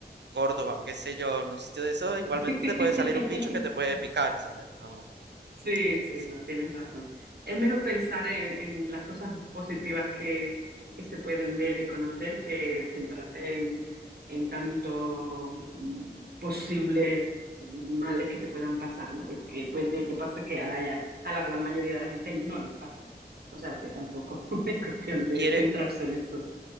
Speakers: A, on the right (about 80°); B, on the right (about 65°).
A: Córdoba o qué sé yo, en un sitio de eso igualmente
B: <laughs>
A: te puede salir un bicho que te puede picar, ¿sabes? No,
B: Sí,
A: eh,
B: sí,
A: si-
B: no tienes razón. Es mejor pensar en, en las cosas positivas que, que se pueden ver y conocer que centrarte en, en tanto mm, posibles males que te puedan pasar, ¿no? Porque puede que pase que a la, a la gran mayoría de la gente no les pasa. O sea que tampoco <laughs> es cuestión de
A: y eres,
B: centrarse en eso.